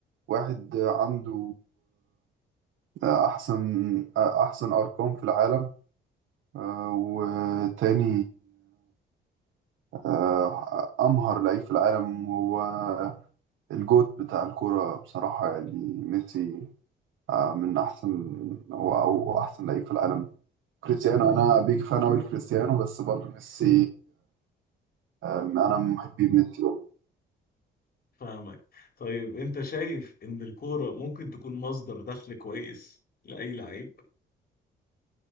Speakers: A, on the right; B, on the left.
A: واحد عنده آه، أحسن أحسن أرقام في العالم آه، وتاني آه، أمهر لعيب في العالم هو الجوت بتاع الكورة بصراحة يعني ميسي آه، من أحسن هو أو أحسن لعيب في العالم كريستيانو أنا بيج فان أوي لكريستيانو بس برضه ميسي آه، أنا من محبي ميسي برضه
B: فاهمك طيب أنت شايف إن الكورة ممكن تكون مصدر دخل كويس لأي لعيب